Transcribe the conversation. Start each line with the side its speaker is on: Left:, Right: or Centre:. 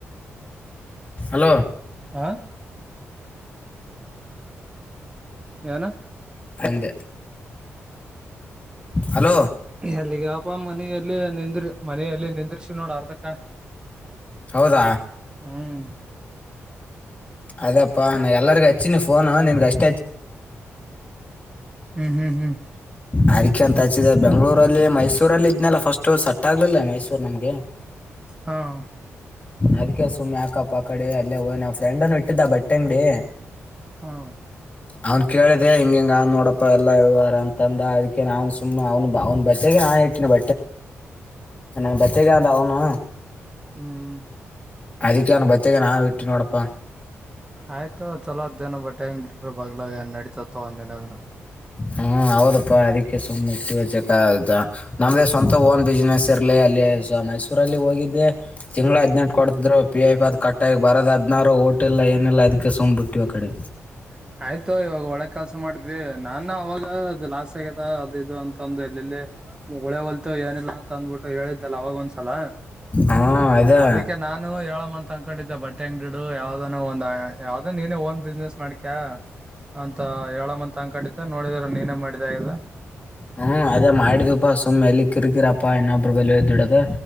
Left: ಹಲೋ
Right: ಆ ಏನ
Left: ಅಂದೆ ಹಲೋ
Right: ಎಲ್ಲಿಗ್ಯೋಪಾ ಮನೆಯಲ್ಲಿ ನಿಂದ್ರು ಮನೆಯಲ್ಲಿ ನಿಂದ್ರಿಸಿ ನೋಡ ಅರ್ದಕ್ಕ.
Left: ಹೌದಾ
Right: ಹ್ಮ
Left: ಅದೇಪ್ಪಾ ನಾ ಎಲ್ಲರಿಗೂ ಹಚ್ಚಿ ನೀ ಫೋನು ನಿನ್ಗೆ ಅಚ್ಚ್
Right: ಹ್ಮ್ ಹ್ಮ್ ಹ್ಮ್
Left: ಅದ್ಕೆ ಅಂತ ಹಚ್ಚಿದೆ ಬೆಂಗಳೂರಲ್ಲಿ ಮೈಸೂರಲ್ಲಿ ಇದ್ನಲ್ಲ ಫಸ್ಟು ಸಟ್ ಆಗ್ಲಿಲ್ಲ ಮೈಸೂರ್ ನಮ್ಗೆ.
Right: ಹಾಂ
Left: ಅದಕ್ಕೆ ಸುಮ್ಮ್ನೆ ಯಾಕಪ್ಪ ಅಕಡೆ ಅಲ್ಲೇ ಹೋನ್ ನನ್ ಫ್ರೆಂಡನ್ನು ಇಟ್ಟಿದ್ದ ಬಟ್ಟೆ ಅಂಗಡಿ.
Right: ಹಾಂ
Left: ಅವ್ನು ಕೇಳಿದೆ ಹಿಂಗಿಂಗ ನೋಡಪ್ಪ ಎಲ್ಲ ವ್ಯವಹಾರ ಅಂತಂದ ಅದಕ್ಕೆ ನ ಅವನು ಸುಮ್ಮ್ ಅವನು ಅವ್ನ ಬಟ್ಟೆಗೆ ನಾನ್ <unintelligible> ಬತ್ತೀನಿ ಅಂದ ಅವನು.
Right: ಹ್ಮ್
Left: ಅದಕ್ಕೆ ಅವ್ನು ಬತ್ತಗ ನಾವು ಇಟ್ಟೀವಿ ನೋಡಪ್ಪ.
Right: ಆಯ್ತು ಚಲೋ ಅದ್ದೇನೋ ಬಟ್ಟೆ ಅಂಗಡಿ ಇಟ್ರೇ ಬಗ್ಲಾಗೆ ಏನ್ ನಡಿತತ್ ತಗೋ ಒಂದೇನಾಗನ.
Left: ಹ್ಮ ಹೌದಪ್ಪಾ ಅದಕ್ಕೆ ಸುಮ್ನ್ ಇಟ್ಟೀವಿ ಚಕ ನಾವೇ ಸ್ವಂತ ಓನ್ ಬಿಸ್ನೆಸ್. <unintelligible> ಲೇ ಅಲ್ಲೆ ಮೈಸೂರಲ್ಲಿ ಹೋಗಿದ್ದೆ. ತಿಂಳ ಹದನೆಂಟು ಕೊಡ್ತಿದ್ರು ಪಿ ಐಫ್ ಎಲ್ಲಾ ಕಟ್ಟ್ ಆಗಿ ಬರದೇ ಹದ್ನಾರು ಊಟ ಇಲ್ಲ ಏನೆಲ್ಲ ಅದಕ್ಕೆ ಸುಂಮ್ ಬಿಟ್ಟವಿ ಆ ಕಡೆ.
Right: ಹ ಆಯ್ತು ಇವಾಗ ಒಳ್ಳೆ ಕೆಲ್ಸ ಮಾಡಿದ್ವಿ ನಾನು ಅವಾಗ ಅದು ಲಾಸ್ ಆಗ್ಯದ ಅದು ಇದು ಅಂತ ಅಂದು ಎಲ್ಲೆಲ್ಲಿ. ಉಳೆ ಹೊಲ್ತು ಏನಿಲ್ಲ ಅಂತ ಅಂದಬಿಟ್ಟು ಹೇಳಿದ್ದಲ್ಲ ಅವವಾಗ ಒಂದ್ಸಲ.
Left: ಹಾಂ ಅದೇ
Right: ಅದಕ್ಕೆ ನಾನು ಹೇಳಮ್ಮಂತ್ ತಕೊಂಡಿದ್ದೆ ಬಟ್ಟೆ ಅಂಗ್ಡಿ ಇಡು ಯಾವ್ದಾನ ಒಂದು ಯಾವ್ದೋ ನೀನೇ ಓನ್ ಬಿಸ್ನೆಸ್. ಮಾಡ್ಕ್ ಅಂತ ಏಳ ಮಂತ ಅನಕಂಡಿದ್ದೇ ನೋಡಿದ್ರೇ ನೀನೇ ಮಾಡಿದೆ ಆಗದ.
Left: ಹ್ಮ್ ಅದೇ ಮಾಡಿದ್ವಪಾ ಸುಮ್ಮ್ ಎಲ್ಲಿ ಕಿರಿಕಿರಿ ಯಪ್ಪಾ ಇನ್ನೊಬ್ರ ಬಲಿ ಹೋಗ್ ದುಡಿಯೋದು